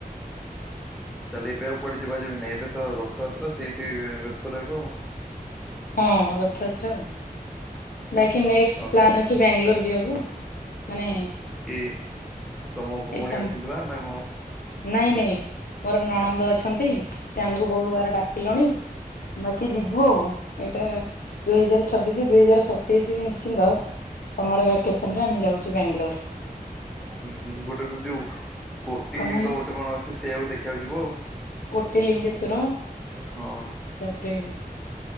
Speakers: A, in the centre; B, on the left.
A: ତାହେଲେ ଏବେ ଆଉ କୁଆଡେ ଯିବା ଯିବି ନାଇ, ଏବେ ତ ରଥଯାତ୍ରା ସେଇଠି ବ୍ୟ ବ୍ୟସ୍ତ ରହିବ ଆଉ।
B: ହଁ ରଥଯାତ୍ରା ଆଉ। ବାକି ନେକ୍ସଟ
A: ଓହୋ
B: ପ୍ଲାନ୍ ଅଛି ବାଙ୍ଗଲୋର ଯିବାକୁ। ମାନେ
A: ଏଇ, ତମ ଭଉଣୀ
B: ଏ ସମ
A: ଅଛନ୍ତି ବା ନା କଣ?
B: ନାଇଁ ନାଇଁ ମୋର ନଣନ୍ଦ ଅଛନ୍ତି। ସେ ଆମକୁ ବହୁ ବାର
A: ଓହୋ
B: ଡାକିଲଣି। ବାକି ଯିବୁ ଆଉ। ଏଇଟା ଦୁଇ ହଜାର ଛବିଶି ଦୁଇ ହଜାର ସତେଇଶି କି ନିଶ୍ଚିନ୍ତ ସମର ଭେକେସନ ରେ ଆମେ ଯାଉଛୁ ବାଙ୍ଗଲୋର।
A: ହୁଁ ହୁଁ। ଗୋଟେ ଯୋଉ କୋଟି
B: କଣ
A: ଲିଙ୍ଗ
B: ହେଲା
A: ଗୋଟେ କଣ ଅଛି? ସେଇୟାକୁ ଦେଖିବାକୁ ଯିବ ଆଉ।
B: କୋଟି ଲିଙ୍ଗେଶ୍ଵର।
A: ହଁ।
B: ତାପରେ